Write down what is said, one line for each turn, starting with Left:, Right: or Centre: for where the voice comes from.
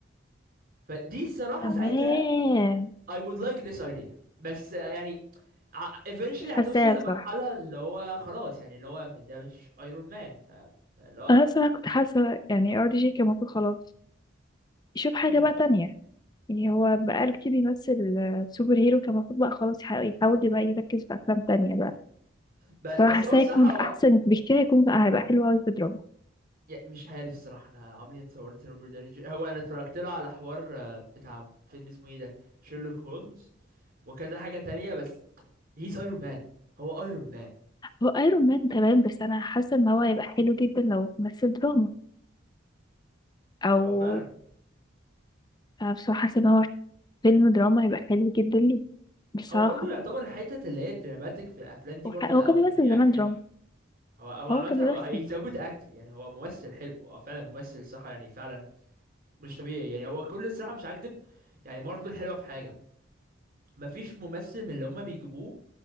Right: فدي الصراحه
Left: تمام
Right: ساعتها I would like this idea بس يعني ع- eventually هتوصل
Left: حاساها
Right: لمرحلة
Left: بصراحه
Right: اللي هو خلاص يعني اللي هو م- ده مش ايرون مان ف... فاللي هو
Left: انا بصراحه كنت حاسه يعني ار دي جي كان المفروض خلاص يشوف حاجه
Right: مم.
Left: بقى تانية يعني هو بقاله كتير بيمثل آه، سوبر هيرو كان المفروض بقى خلاص يح- يحاول بقى يركز في افلام تانية بقى
Right: ب...
Left: فحاساه
Right: بس هو الصراحة
Left: هيكون
Right: هو
Left: احسن بكتير هيكون هيبقى حلو قوي في دراما
Right: يا- مش عارف الصراحة انا عمري ما اتصورت روبرت داوني جي... هو انا اتفرجت له على حوار آه، بتاع فيلم اسمه ايه ده شيرلوك هولمز وكذا حاجة تانية بس هيز ايرون مان هو ايرون مان
Left: هو ايرون مان تمام بس انا حاسه ان هو هيبقى حلو جدا لو مثل دراما او
Right: هو فعلا
Left: أنا بصراحه حاسه ان هو فيلم دراما هيبقى حلو جدا ليه بصراحه
Right: هو برضو يعتبر الحتة اللي هي الدراماتيك في الافلام دي
Left: وح-
Right: برضو
Left: هو
Right: لا
Left: كان
Right: هو كان
Left: بيمثل
Right: بيأكت
Left: زمان
Right: حلو
Left: دراما
Right: قوي هو هو عامة
Left: هو كان بيمثل
Right: هو he's a good actor يعني هو ممثل حلو هو فعلا ممثل صح يعني فعلا مش طبيعي يعني هو كل الصراحه مش هكدب يعني مارفل حلوه في حاجه مفيش ممثل من اللي هما بيجيبوه